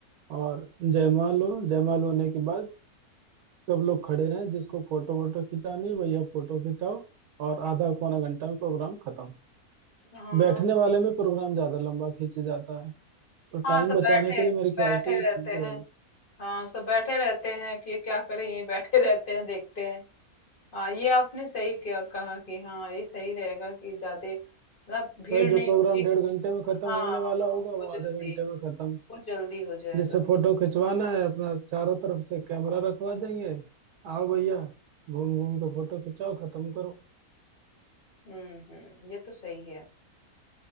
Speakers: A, on the right; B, on the left.
A: और जयमाल हो जयमाल होने के बाद सब लोग खड़े रहें जिसको फोटो वोटो खिंचानी है, भैया फोटो खिंचाओ और आधा पौना घंटा में प्रोग्राम खत्म
B: हाँ
A: बैठने
B: सही
A: वाले में
B: है।
A: प्रोग्राम ज्यादा लंबा खींचे जाता है तो
B: हाँ
A: टाइम
B: सब
A: बचाने
B: बैठे
A: के लिए मेरे
B: बैठे
A: ख्याल से ये
B: रहते
A: ठीक रहेगा
B: हैं हाँ सब बैठे रहते हैं कि क्या करें यहीं बैठे <laughs> रहते हैं देखते हैं हाँ ये आपने सही किया कहा कि हाँ ये सही रहेगा कि ज्यादा ना भीड़
A: भाई जो
B: नहीं
A: प्रोग्राम
B: होगी
A: डेढ़
B: तो
A: घंटे में खत्म
B: हाँ
A: होने वाला
B: हाँ
A: होगा वो
B: वो
A: आधे
B: जल्दी
A: घंटे में खत्म
B: वो जल्दी हो जाएगा
A: जिससे फोटो खिंचवाना है अपना चारों तरफ से कैमरा रखवा देंगे आओ भैया घूम घूम के फोटो खिंचाओ खत्म करो
B: हम्म हम्म ये तो सही है